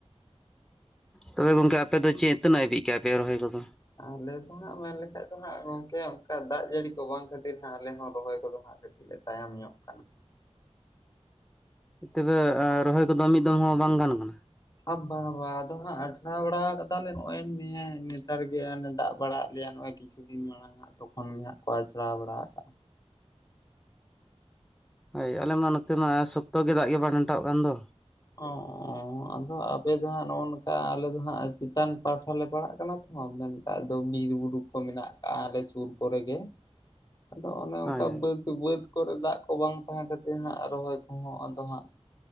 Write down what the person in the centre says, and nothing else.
ᱛᱚᱵᱮ ᱜᱚᱝᱠᱮ ᱟᱯᱮ ᱫᱚ ᱪᱮᱫ ᱛᱤᱱᱟᱹᱜ ᱦᱟ. ᱵᱤᱡ ᱠᱟᱜ-ᱟ ᱯᱮ ᱨᱚᱦᱚᱭ ᱠᱚᱫᱚ
ᱛᱚᱵᱮ ᱨᱚᱦᱚᱭ ᱠᱚᱫᱚ ᱢᱤᱫ ᱫᱚᱢ ᱦᱚᱸ ᱵᱟᱝ ᱜᱟᱱ ᱠᱟᱱᱟ
ᱦᱳᱭ ᱟᱞᱮ ᱢᱟ ᱱᱚᱛᱮ ᱢᱟ ᱥᱚᱠᱛᱚ ᱜᱮ ᱫᱟᱜ ᱜᱮ ᱵᱟᱝ ᱟᱱᱴᱟᱣᱚᱜ ᱠᱟᱱ ᱫᱚ
ᱦᱳᱭ